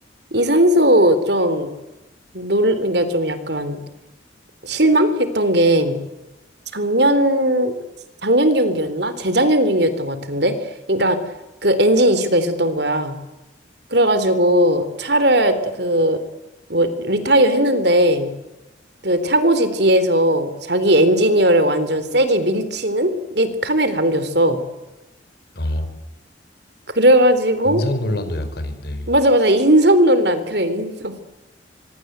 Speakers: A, on the right (about 60°); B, on the left (about 55°).
A: 이 선수 좀 놀, 그러니까 좀 약간 실망했던 게 작년, 작년 경기였나? 재작년 경기였던 것 같은데? 그러니까 그 엔진 이슈가 있었던 거야. 그래가지고 차를 그, 뭐, 리타이어 했는데 그 차고지 뒤에서 자기 엔지니어를 완전 세게 밀치는 게 카메라에 담겼어.
B: 아,
A: 그래가지고
B: 인성 논란도 약간 인데
A: 맞아, 맞아. <laughs> 인성 논란. 그래, 인성.